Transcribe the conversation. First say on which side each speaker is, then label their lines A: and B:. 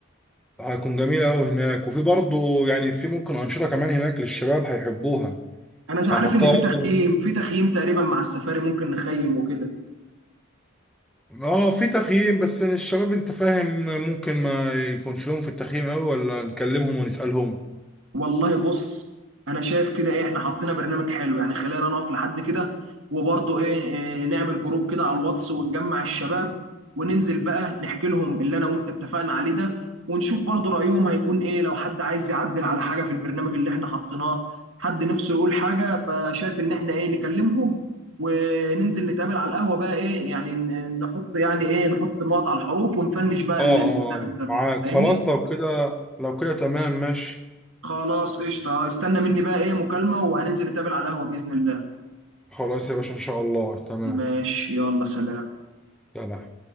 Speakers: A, in the centre; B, on the right.
A: هيكون جميلة أوي هناك وفي برضه يعني في ممكن أنشطة كمان هناك للشباب هيحبوها
B: انا مش عارف
A: هنحطها
B: ان في
A: برضه
B: تخييم في تخييم تقريبا مع السفاري ممكن نخيم وكده
A: اه في تخييم بس الشباب انت فاهم ممكن ما يكونش لهم في التخييم أوي ولا نكلمهم ونسألهم
B: والله بص انا شايف كده ايه احنا حطينا برنامج حلو يعني خلينا نقف لحد كده وبرضه ايه, إيه نعمل جروب كده على الواتس ونجمع الشباب وننزل بقى نحكي لهم اللي انا وانت اتفقنا عليه ده ونشوف برضه رأيهم هيكون ايه لو حد عايز يعدل على حاجة في البرنامج اللي احنا حطيناه حد نفسه يقول حاجة فشايف ان احنا ايه نكلمهم وننزل نتقابل على القهوة بقى ايه يعني ن- نحط يعني ايه نحط النقط على الحروف ونفنش بقى
A: اه
B: ال-
A: اه
B: البرنامج
A: آه،
B: ده
A: معاك
B: فاهمني
A: خلاص لو كده لو كده تمام ماشي
B: خلاص قشطة استنى مني بقى ايه مكالمة وهننزل نتقابل على القهوة بإذن الله
A: خلاص يا باشا إن شاء الله تمام
B: ماشي يلا سلام
A: سلام